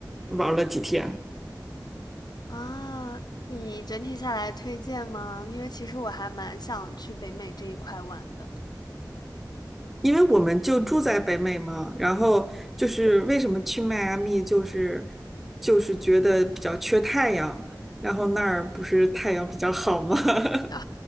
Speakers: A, in the centre; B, on the left (about 70°).
A: 玩儿了几天。
B: 啊，你整体下来推荐吗？因为其实我还蛮想去北美这一块玩的。
A: 因为我们就住在北美嘛，然后就是为什么去迈阿密，就是就是觉得比较缺太阳，然后那儿不是太阳比较好吗？
B: <laughs> 啊，
A: <laughs>